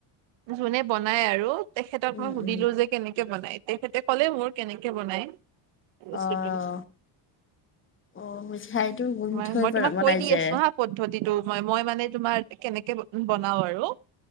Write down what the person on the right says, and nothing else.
যোনে বনায় আৰু। তেখেতক
মই সুধিলোঁ
যে কেনেকে বনাই, তেখেতে ক'লে মোক কেনেকে বনাই। বস্তুটো
তোমাৰ
মই তোমাক
কৈ দি
আছো হা পদ্ধতিটো মই মই মানে তোমাৰ কেনেকে বনাওঁ আৰু।